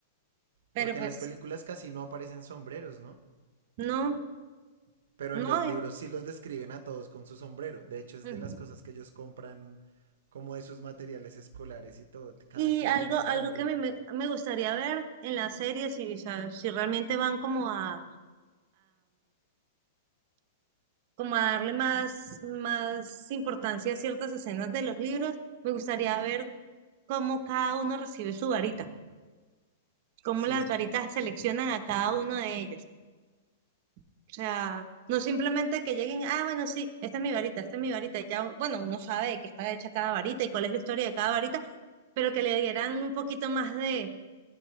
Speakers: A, on the right; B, on the right.
A: pero
B: Porque
A: pues
B: en las películas casi no aparecen sombreros, ¿no?
A: no,
B: Pero
A: no.
B: en los libros
A: Y,
B: sí los describen a todos con su sombrero. De hecho, es
A: ujú.
B: de las cosas que ellos compran como de sus materiales escolares y todo. Cada
A: y
B: quien
A: algo,
B: tiene su
A: algo
B: sombrero.
A: que me, me me gustaría ver en la serie, si, o sea, si realmente van como a, como a darle más, más importancia a ciertas escenas de los libros, me gustaría ver cómo cada uno recibe su varita, cómo
B: Sí,
A: las varitas seleccionan a cada uno de ellos. O sea, no simplemente que lleguen, ah, bueno, sí, esta es mi varita, esta es mi varita, y ya, bueno, uno sabe de qué está hecha cada varita y cuál es la historia de cada varita, pero que le dieran un poquito más de,